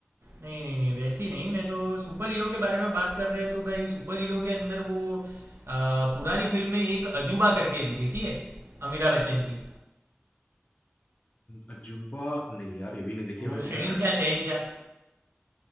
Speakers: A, on the right (about 70°); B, on the left (about 35°).
A: नहीं नहीं नहीं वैसी नहीं मैं तो सुपर हीरो के बारे में बात कर रहे हैं तो भाई सुपर हीरो के अंदर वो आ, पुरानी फिल्म में एक अजूबा करके थी देखी है अमिताभ बच्चन की
B: अजूबा नहीं यार ये भी नहीं देखी
A: वो
B: है मैंने
A: शहनशाह
B: यार
A: शहनशाह